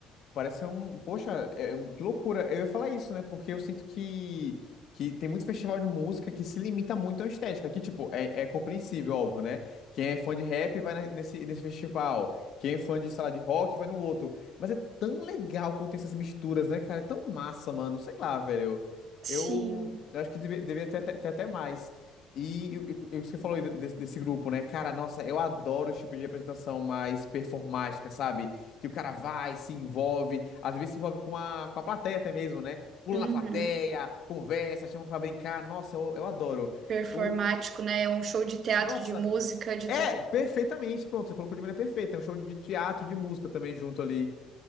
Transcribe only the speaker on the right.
Sim.
Uhum.
Performático,
né? É Um show de teatro,
de música, de
tudo.